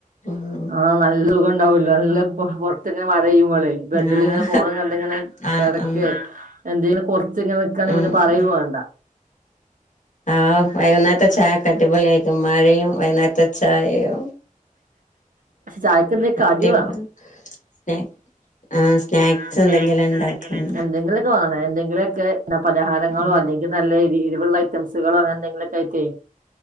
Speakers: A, on the left; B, on the right.
A: ഉം
B: ആഹ് നല്ലുഖംണ്ടാവല്ലോ നല്ല പുറത്തിങ്ങനെ മഴ പെയ്യുമ്പോളേ ബഡിലിങ്ങനെ
A: ആഹ്
B: ഫോണും കണ്ടിങ്ങനെ
A: ആഹ്
B: കിടക്ക
A: ഉം
B: എന്തേലും കൊർച്ചിങ്ങനെ നിക്കാന്നെ
A: ഉം
B: പിന്നെ പറയുംവേണ്ട
A: ഉം ആഹ് വൈകുന്നേത്തെ ചായക്കെ അടിപൊളിയായിരിക്കും മഴയും വൈകുന്നേത്തെ ചായയും
B: ചായക്കെന്തേ കടി
A: അടിപൊളി
B: വേണം
A: സ്നാ ആഹ് സ്നാക്സ്
B: ആഹ് സ്നാക്സ്
A: എന്തെങ്കിലും ഉണ്ടാക്കും
B: എന്തെങ്കിലും ഇണ്ട് എന്തെങ്കിലും ക്കെ വേണം എന്തെങ്കിലുമൊക്കെ പലഹാരങ്ങളൊ
A: ഉം
B: അല്ലെങ്കിൽ ല്ലെങ്കി നല്ല എരിവുള്ള ഐറ്റംസുകളോ അങ്ങനെ എന്തെങ്കിലുമൊക്കെ ആയിട്ടേ